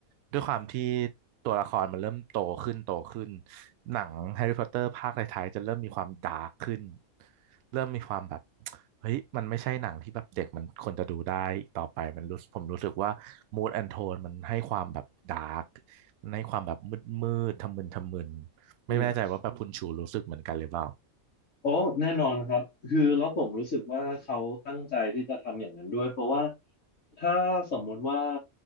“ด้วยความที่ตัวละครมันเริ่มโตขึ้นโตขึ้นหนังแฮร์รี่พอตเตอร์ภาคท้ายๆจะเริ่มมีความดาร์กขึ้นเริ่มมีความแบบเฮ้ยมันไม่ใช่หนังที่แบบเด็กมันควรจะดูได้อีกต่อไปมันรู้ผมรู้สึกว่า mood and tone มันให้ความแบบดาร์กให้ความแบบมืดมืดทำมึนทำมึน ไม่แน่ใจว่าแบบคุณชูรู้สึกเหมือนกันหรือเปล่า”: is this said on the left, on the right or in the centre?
Right